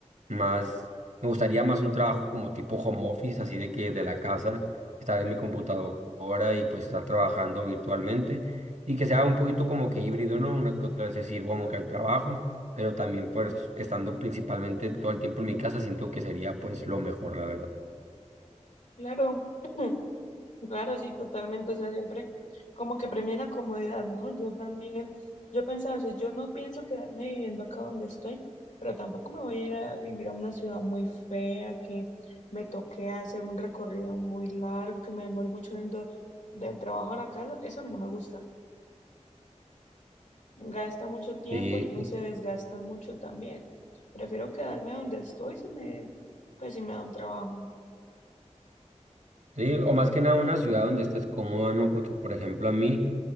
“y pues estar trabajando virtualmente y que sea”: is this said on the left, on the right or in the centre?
Right